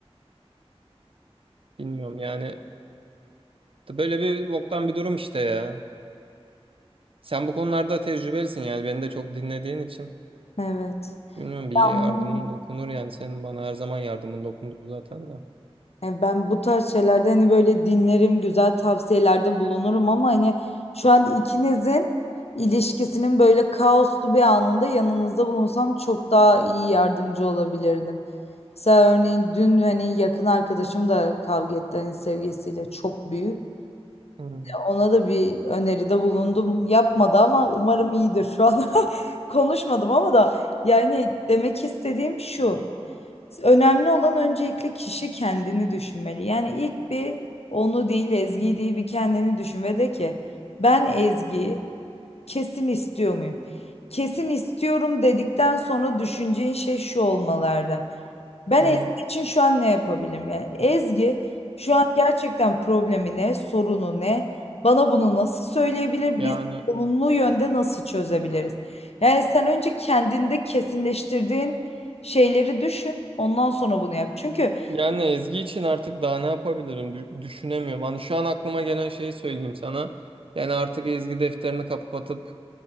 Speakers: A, on the right; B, on the left.
A: Bilmiyorum yani böyle bir boktan bir durum işte ya. Sen bu konularda tecrübelisin yani beni de çok dinlediğin için.
B: Evet.
A: Bilmiyorum bir yardımın
B: Anlıyorum.
A: dokunur yani senin bana her zaman yardımın dokundu zaten de.
B: Yani ben bu tarz şeylerde hani böyle dinlerim, güzel tavsiyelerde bulunurum ama hani şu an ikinizin ilişkisinin böyle kaoslu bir anında yanınızda bulunsam çok daha iyi yardımcı olabilirdim. Mesela örneğin dün hani yakın arkadaşım da kavga etti hani sevgisiyle çok büyük.
A: Hmm.
B: Ona da bir öneride bulundum. Yapmadı ama umarım iyidir şu an. <laughs> Konuşmadım ama da yani demek istediğim şu. Önemli olan öncelikle kişi kendini düşünmeli. Yani ilk bir onu değil Ezgi'yi değil bir kendini düşün ve de ki ben Ezgi'yi kesin istiyor muyum? Kesin istiyorum dedikten sonra düşüneceğin şey şu olmalarda. Ben
A: Ne?
B: Ezgi için şu an ne yapabilirim? Yani Ezgi şu an gerçekten problemi ne, sorunu ne? Bana bunu nasıl söyleyebilir?
A: Yani
B: Biz olumlu yönde nasıl çözebiliriz? Yani sen önce kendinde kesinleştirdiğin şeyleri düşün. Ondan sonra bunu yap. Çünkü
A: yani Ezgi için artık daha ne yapabilirim Dü- düşünemiyorum. Hani şu an aklıma gelen şeyi söyleyeyim sana. Yani artık Ezgi defterini kapatıp